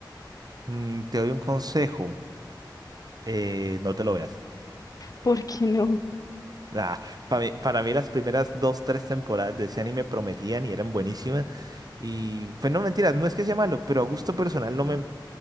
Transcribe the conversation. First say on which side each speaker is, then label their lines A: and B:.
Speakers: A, on the right; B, on the left.
A: Mm, te doy un consejo. eh, no te lo veas.
B: ¿Por qué no?
A: Nah, pa' mí- para mí, las primeras dos, tres temporadas de ese anime prometían y eran buenísimas. Y, pues no, mentiras, no es que sea malo, pero a gusto personal no me